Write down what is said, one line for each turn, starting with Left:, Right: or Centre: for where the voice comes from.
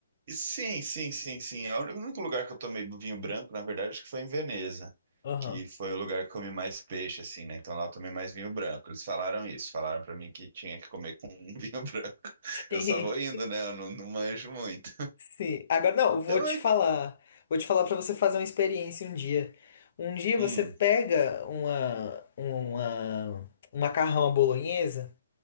Right: e sim, sim, sim, sim. É O único lugar que eu tomei vinho branco, na verdade, acho que foi em Veneza,
Left: Aham.
Right: que foi o lugar que comi mais peixe, assim, né? Então lá eu tomei mais vinho branco. Eles falaram isso, falaram pra mim que tinha que comer com <laughs> vinho branco.
Left: <laughs> Sim,
Right: Eu só vou indo, né? Eu não, não manjo muito.
Left: sim. Agora, não, eu vou
Right: Então,
Left: te
Right: é...
Left: falar. Vou te falar para você fazer uma experiência um dia. Um dia você
Right: hum,
Left: pega uma, uma, um macarrão à bolonhesa,